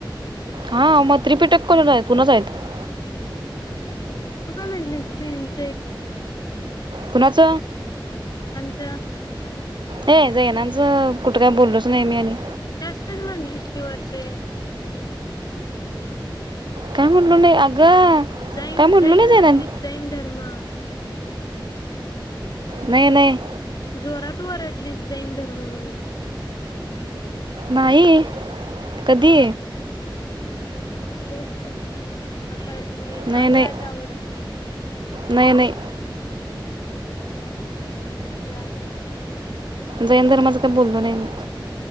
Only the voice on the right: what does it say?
<unintelligible>
कुणाच?
ये जैनानं ज कुठं काय बोललोच नाही मी आणि
काय म्हणालो नाही अगं
काय म्हटलो
नाही जैनान
नाही नाही
नाही कधी?
नाही
नाही
नाही नाही
जैन धर्माचं काही बोललो नाही मी